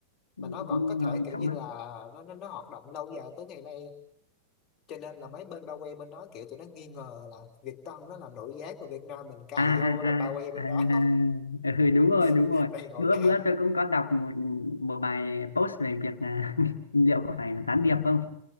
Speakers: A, on the left (about 75°); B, on the left (about 30°).
A: cũng,
B: mà nó vẫn
A: cũng
B: có
A: ngon
B: thể kiểu
A: trong
B: như
A: mắt
B: là nó nó nó hoạt động lâu dài tới ngày nay cho nên là mấy bên bao quanh bên đó kiểu tụi nó nghi ngờ là Việt Tân nó là nội gián của Việt Nam mình cài
A: à
B: vô
A: à
B: ba-
A: à
B: bao quanh bên
A: à
B: đó
A: à. ừ, đúng rồi đúng
B: <laughs>
A: rồi
B: này gọi
A: bữa
B: là
A: bữa tôi cũng có đọc một một bài post về việc là <laughs> liệu có phải là gián điệp không